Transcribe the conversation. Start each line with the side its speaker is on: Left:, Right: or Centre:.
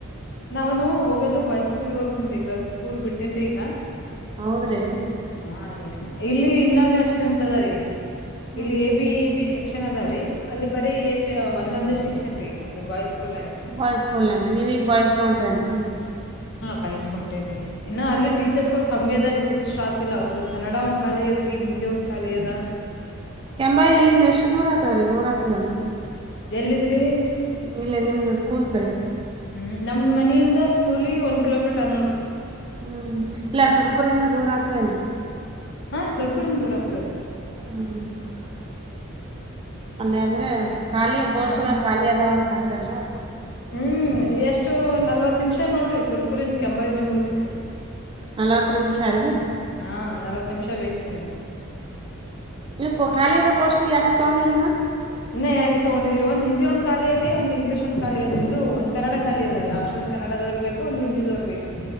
Left: ನಾನು ಹೋಗೋದು ಬಾಯ್ಸ್ ಸ್ಕೂಲ್ ಹೋಗತೇನ್ ಈ ಗಲ್ ಸ್ಕೂಲ್ ಬಿಟ್ಟೇನ್ ಈಗ
Right: ಹೌದ್ರಿ
Left: ಹಾ ರೀ ಇಲ್ಲಿ ಇನ್ನಾಗ ಸ್ತ್ರೀಡೆಂತ್ ಆದರಿ
Right: ಹ್ಮ್
Left: ಇಲ್ಲಿ A B A B S section ಅದಾವ್ರೀ ಅಲ್ಲಿ ಬರೀ ಒಂದೊಂದೇ ಸೆಕ್ಷನ್ ರೀ ಅದು ಬಾಯ್ಸ್ ಸ್ಕೂಲ್ನಾಗ
Right: ಬಾಯ್ಸ್ ಸ್ಕೂಲ್ ನಾಗ ನೀವು ಈವಾಗ ಬಾಯ್ಸ್ ತಕೊಂಡ್ರಿ ಏನಾ
Left: ಬಾಯ್ಸ್ ಕುಂಟೆರಿ ಇನ್ನು ಅಲ್ಲಿ ಟೀಚರ್ಸ್ಗಳು ಕಮ್ಮಿ ಅದ ರೀ ಫುಲ್ ಸ್ಟಾಪ್ ಇಲ್ಲ ಒಂದು ಕನ್ನಡ ಒಂದ್ ಖಾಲಿ ಅದ್ರರಿ ಹಿಂದಿ ಒಂದ್ ಖಾಲಿ ಅದ
Right: ಕೆಂಬಾಯಿ ಎಲ್ಲಿಂದ ಎಷ್ಟು ದೂರ ಆತದ್ರ ದೂರ ಆತ <unintelligible>
Left: ಎಲ್ಲಿದ್ರಿ
Right: ಇಲ್ಲ ನಿಮ್ದು ಸ್ಕೂಲ್
Left: ಹ್ಮ್ ನಮ್ ಮನೆಯಿಂದ ಸ್ಕೂಲಿಗೆ ಒಂದ್ ಕಿಲೋಮೀಟರ್ ಅದ್ ನೋಡ್ರಿ
Right: ಹ್ಮ್ ಇಲ್ಲ ಸುರಪುರಿಂದ ದೂರ ಆಗತೇದೆನಾ
Left: ಹಾ ಸ್ವಲ್ಪರಿಂದ ದೂರ ಆಗ್ತದೆ
Right: <unintelligible> ಅಲ್ಲೆ ಅಂದ್ರೆ ಖಾಲಿಯ ಪೋಸ್ಟ್ಗಳು
Left: ಹಾ
Right: ಖಾಲಿದಾವ ಅ ಎಲ್ಲಾ
Left: ಹ್ಮ್ ಎಷ್ಟು ನಲ್ ನಲ್ವತ್ತು ನಿಮಿಷ ನೋಡ್ರ ಸುರ್ಪೂರಿಂದ ಕೆಂಬಾಯಿ ಬಂದು ಹೊಗಳಿಕೆ
Right: ನಲ್ವತ್ತು ನಿಮಿಷ ಅಲ್ ರೀ
Left: ಹಾ ನಲ್ವತ್ತು ನಿಮಿಷ ಬೇಕು ರಿ ನಿಮ್ಗ
Right: ಇ ಖಾಲಿ ಇರೋ ಪೋಸ್ಟ್ಗೆ ಯಾರಿನು ತಗೊಂಡಿಲ್ಲ ಇನ್ನ
Left: ಇನ್ನ ಯಾರಿಗೆ ತಗೊಂಡಿಲ್ರಿ ಒಂದ ಹಿಂದಿ ಒಂದು ಖಾಲಿಯಿದೆ ರೀ ಒಂದು ಇಂಗ್ಲಷ್ ಒಂದು ಖಾಲಿ ಆದ್ರಿ ಇದು ಒಂದು ಕನ್ನಡ ಖಾಲಿ ಆದರಿ ಆಪ್ಷನ್ ಕನ್ನಡವರು ಬೇಕು ಒಂದ ಹಿಂದಿದವ್ರ್ ಬೇಕ್ರಿ